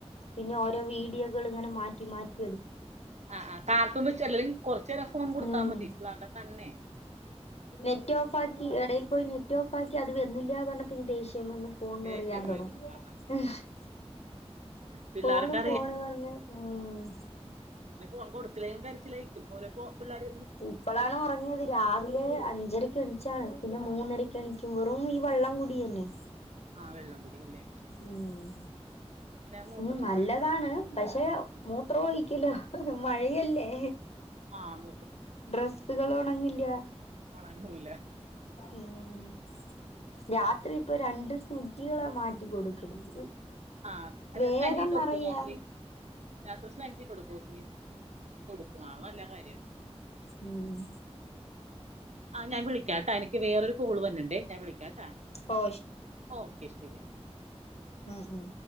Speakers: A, on the left (about 65°); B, on the right (about 85°).
A: പിന്നെ ഓരോ വീഡിയോകൾ ഇങ്ങനെ മാറ്റി മാറ്റി എടുക്കും
B: ആ ആ കാർത്ത <unintelligible> വെച്ചല്ലെിൽ കൊറചൂരെ ഫോൺ കൊടുത്ത
A: ഉം
B: മതി ഇല്ലേ അവന്റെ കണ്ണ്
A: നെറ്റ് ഓഫ് ആക്കി എടേൽ പോയി നെറ്റ് ഓഫ് ആക്കി അത് വര്ണില്ലാ പറഞ്ഞാൽ പിന്ന ദേഷ്യം വന്ന് ഫോണിനെറിയാൻ
B: ദേഷ്യം
A: തുടങ്ങും
B: വരും ആ
A: <inaudible>
B: പിള്ളേർക്ക്
A: ഫോണ് ഫോണ് പറഞ്ഞ ഉം
B: ഇന്നപ്പൊ കൊടുത്തില്ലേ കരച്ചിലായി ര്ക്കും ഓര ഒപള്ളേർ
A: ഇപ്പോളാണ് ഉറങ്ങിയത് രാവിലെ അഞ്ചരക്ക് എണിച്ചാണ് പിന്നെ മൂന്നരക്ക് എണിക്കും വെറും ഈ വെള്ളംകൂടി തന്നെ
B: ആഹ് വെള്ളം കുടി അല്ലേ
A: ഉം
B: മൂത്രത്തിൽ
A: ഉ നല്ലതാണ്
B: പഴുപ്പ്
A: പക്ഷെ <unintelligible>
B: ആ ആ
A: അത്ര പോയിക്കില്ല മഴയല്ലേ
B: ആഹ
A: ഡ്രസ്സുകൾ ഉണങ്ങില്ല
B: ഒണങ്ങൂല
A: ഉം രാത്രി ഇപ്പൊ രണ്ട് സ്നിഗ്ഗികളെ മാറ്റി കൊടുകണത്
B: ആ അല്ല
A: വേഗം
B: സ്നാക്സ് ഇട്ട് കൊടുക്കോ
A: നിറയ
B: രാത്രി രാത്രി സ്നെഗി കൊടുക്കോ കൊച്ചിന് കൊടുക്ക ആ അത് നല്ല കാര്യമാണ്
A: ഉം
B: ആ ഞാൻ വിളിക്കാട്ടാ എനിക്ക് വേറരു കോള് വര്ണണ്ടേ ഞാൻ വിളിക്കാട്ടാ
A: ഓ
B: ഓക്കെ ശരി
A: ഉം ഉം